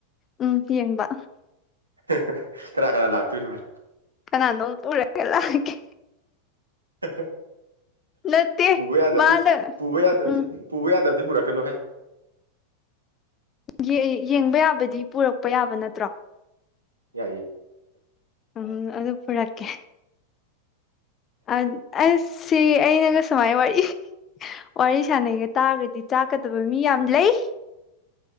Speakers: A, on the left; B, on the right.
A: ꯎꯝ ꯌꯦꯡꯕ
B: ꯍꯥꯍꯥ ꯀꯅꯥ ꯀꯅꯥ ꯂꯥꯛꯇꯣꯏꯅꯣꯅꯦ
A: ꯀꯅꯥꯅꯣꯝ ꯄꯨꯔꯒ ꯂꯥꯛꯀꯦ
B: ꯍꯥꯍꯥ
A: ꯅꯠꯇꯦ
B: ꯄꯨꯕ ꯌꯥꯗꯕꯗꯤ
A: ꯃꯥꯅ
B: ꯄꯨꯕ ꯌꯥꯗꯕꯗꯤ
A: ꯎꯝ
B: ꯄꯨꯕ ꯌꯥꯗꯕꯗꯤ ꯄꯨꯔꯛꯀꯅꯨꯍꯦ
A: ꯌꯦ ꯌꯦꯡꯕ ꯌꯥꯕꯗꯤ ꯄꯨꯔꯛꯄ ꯌꯥꯕ ꯅꯠꯇ꯭ꯔꯣ
B: ꯌꯥꯏꯌꯦ
A: ꯎꯝ ꯑꯗꯨ ꯄꯨꯔꯛꯀꯦ ꯑꯗ ꯑꯁ ꯁꯤ ꯑꯩꯅꯒ ꯁꯨꯃꯥꯏ ꯋꯥꯔꯤ ꯋꯥꯔꯤ ꯁꯥꯟꯅꯩꯒ ꯇꯥꯔꯒꯗꯤ ꯆꯥꯛꯀꯗꯕ ꯃꯤ ꯌꯥꯝ ꯂꯩ